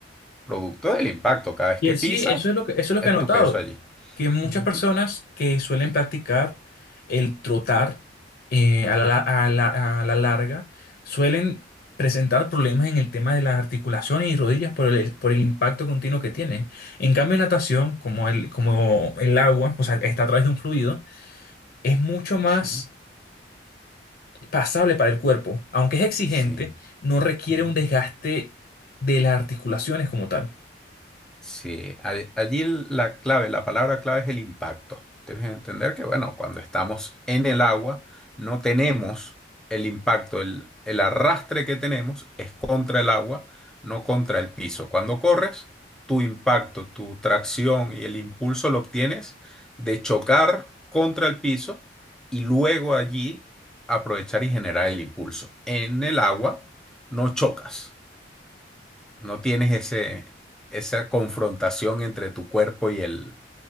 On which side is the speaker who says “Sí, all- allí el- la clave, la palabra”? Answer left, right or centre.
Centre